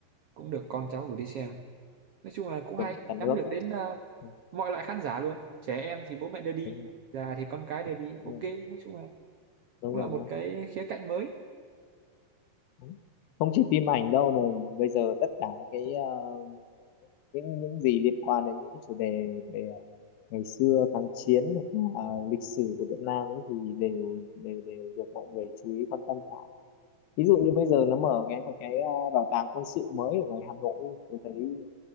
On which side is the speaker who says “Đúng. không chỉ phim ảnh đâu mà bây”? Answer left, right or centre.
Left